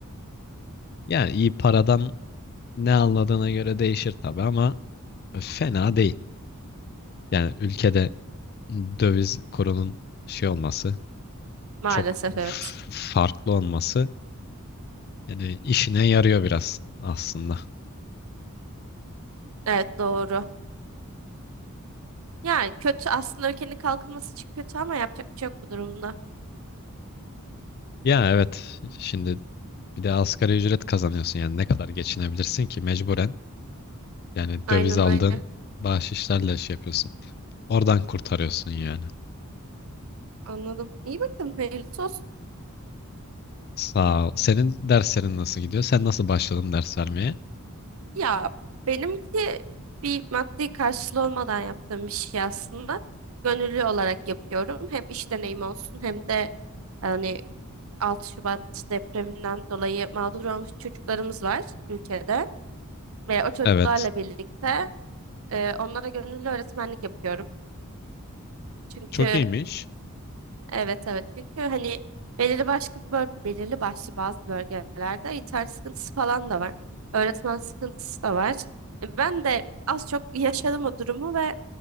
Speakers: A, on the left; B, on the right.
A: Yani iyi paradan ne anladığına göre değişir tabii ama fena değil. Yani ülkede döviz kurunun şey olması
B: Maalesef
A: çok
B: evet.
A: f- farklı olması yani işine yarıyor biraz aslında.
B: Evet doğru. Yani kötü aslında ülkenin kalkınması için kötü ama yapacak bir şey yok bu durumda.
A: Ya evet şimdi Bir de asgari ücret kazanıyorsun yani ne kadar geçinebilirsin ki mecburen yani
B: Aynen
A: döviz aldığın
B: aynen.
A: bahşişlerle şey yapıyorsun. Oradan kurtarıyorsun yani.
B: Anladım. İyi bakın. Hayırlısı olsun.
A: Sağ ol. Senin derslerin nasıl gidiyor? Sen nasıl başladın ders vermeye?
B: Ya benimki bir maddi karşılığı olmadan yaptığım bir şey aslında. Gönüllü olarak yapıyorum. Hem iş deneyimi olsun hem de hani 6 Şubat depreminden dolayı mağdur olmuş çocuklarımız var ülkede. Ve o çocuklarla
A: Evet.
B: birlikte e, onlara gönüllü öğretmenlik yapıyorum. Çünkü
A: Çok iyiymiş.
B: Evet evet çünkü hani belirli başka böl- belirli başlı bazı bölgelerde internet sıkıntısı falan da var. Öğretmen sıkıntısı da var. E, Ben de az çok yaşadım o durumu ve